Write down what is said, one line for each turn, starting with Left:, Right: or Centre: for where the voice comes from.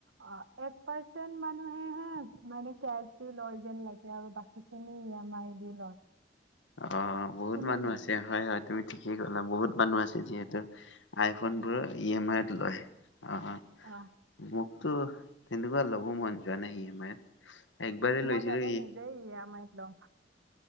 Right: আ, এক পাৰচেণ্ট মানুহেহে মানে কেছ লয় যেন লাগে, আৰু বাকীখিনি ই এম আই দি লয়।
Left: অ', বহুত
Right: শুনো
Left: মানুহ
Right: মই
Left: আছে হয়, হয়। তুমি ঠিকেই ক'লা, বহুত মানুহ আছে যিহেতু আইফোনবোৰ ই এম আইত লয়। অ',
Right: অ
Left: <unintelligible> তোৰ, তেনেকুৱা ল'ব মন যোৱা নাই, ই এম আইত একবাৰেই
Right: মই
Left: লৈছিলো
Right: ল'লে
Left: ই
Right: নিজেই ই এম আইত লম।